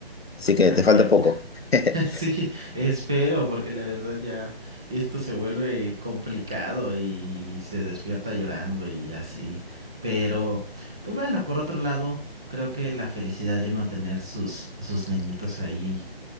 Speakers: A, on the left; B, in the centre.
A: Así que
B: Ay,
A: te falta
B: qué bueno.
A: poco. <laughs>
B: <laughs> Sí, espero, porque la verdad ya esto se vuelve complicado y se despierta llorando y así. Pero, pues bueno, por otro lado, creo que la felicidad de uno tener sus, sus niñitos ahí,